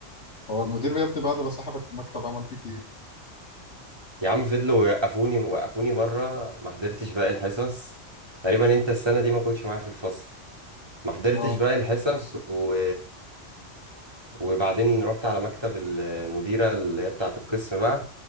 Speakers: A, on the left (about 65°); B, on the right (about 20°).
A: هو المدير بيبدأ بعد ما صاحبك المكتب عمل فيك ايه
B: يا عم فضلوا يوقفوني وقفوني بره ما حضرتش باقي الحصص تقريبا انت السنه دي ما كنتش معايا في الفصل ما حضرتش
A: اه
B: باقي الحصص و... وبعدين رحت على مكتب المديره اللي هي بتاعه القسم بقى